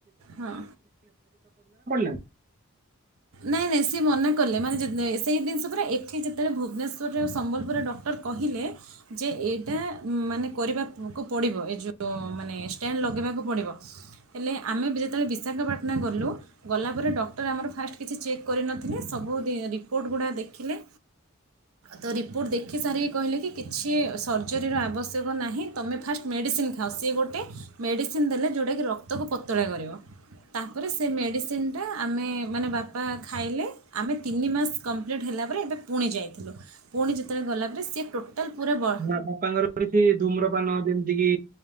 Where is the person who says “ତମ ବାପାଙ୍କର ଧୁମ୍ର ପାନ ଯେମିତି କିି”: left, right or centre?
Right